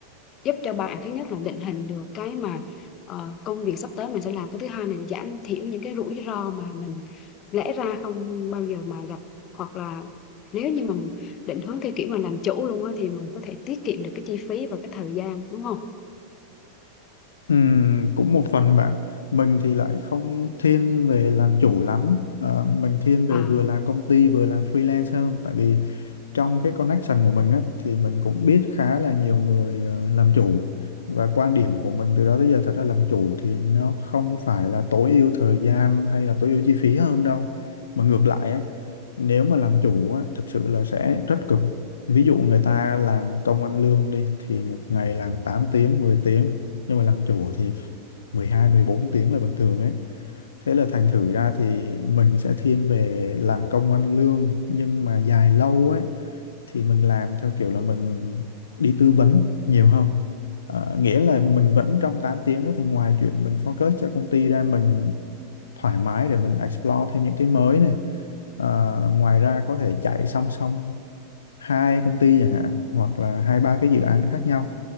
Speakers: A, on the left; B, on the left.
A: giúp cho bạn thứ nhất là định hình được cái mà ờ, công việc sắp tới mình sẽ làm cái thứ hai là giảm thiểu những cái rủi ro mà mình lẽ ra không bao giờ mà gặp hoặc là nếu như mình định hướng theo kiểu mà làm chủ luôn á thì mình có thể tiết kiệm được cái chi phí và cái thời gian đúng không
B: Ừm, cũng một phần bạn mình thì lại không thiên về làm chủ lắm Ờ, mình thiên về
A: à
B: vừa làm công ty vừa làm freelance hơn tại vì trong cái connection của mình á thì mình cũng biết khá là nhiều người ờ, làm chủ và quan điểm của mình từ đó tới giờ thật ra làm chủ thì nó không phải là tối ưu thời gian hay là tối ưu chi phí hơn đâu mà ngược lại á, nếu mà làm chủ á, thực sự là sẽ rất cực ví dụ người ta làm công ăn lương đi thì một ngày làm tám tiếng mười tiếng nhưng mà làm chủ thì mười hai mười bốn tiếng là bình thường ấy Thế là thành thử ra thì mình sẽ thiên về làm công ăn lương nhưng mà dài lâu ấy thì mình làm theo kiểu là mình đi tư vấn nhiều hơn Ờ, nghĩa là mình vẫn trong 8 tiếng đó thì ngoài chuyện mình focus cho công ty ra mình thoải mái để mình explore thêm những cái mới này Ờ, ngoài ra có thể chạy song song hai công ty chẳng hạn hoặc là hai ba cái dự án khác nhau